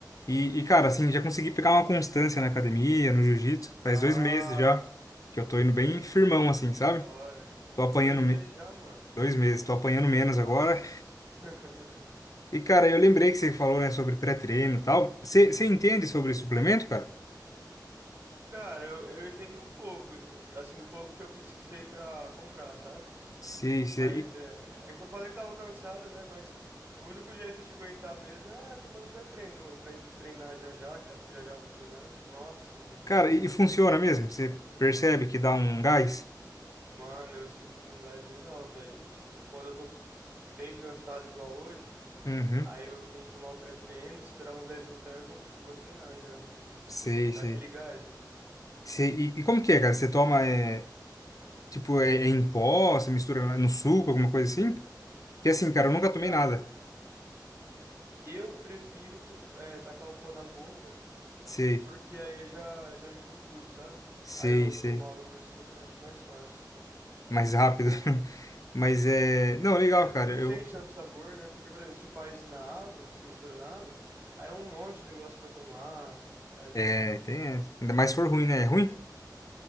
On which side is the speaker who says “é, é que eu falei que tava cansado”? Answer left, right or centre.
Right